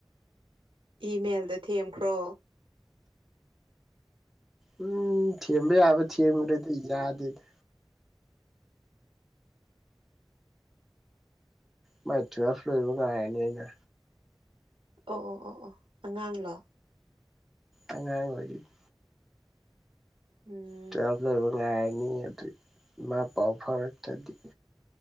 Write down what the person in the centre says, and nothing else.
ꯎꯝ ꯊꯦꯝꯕ ꯌꯥꯕ ꯊꯦꯡꯒ꯭ꯔꯦꯗ ꯌꯥꯗꯦꯗ ꯃꯥꯏ ꯇꯨꯌꯦꯜꯞ ꯂꯣꯏꯕꯥꯉꯥꯏꯔꯅꯤ ꯑꯩꯅꯥ꯫
ꯑꯉꯥꯡ ꯑꯣꯢꯔꯤꯗ
ꯇꯨꯌꯦꯜꯄ ꯂꯣꯏꯕꯥ ꯉꯥꯏꯔꯅꯤ ꯑꯗꯨ ꯃꯥ ꯄꯎ ꯐꯥꯎꯔꯛꯇꯗꯤ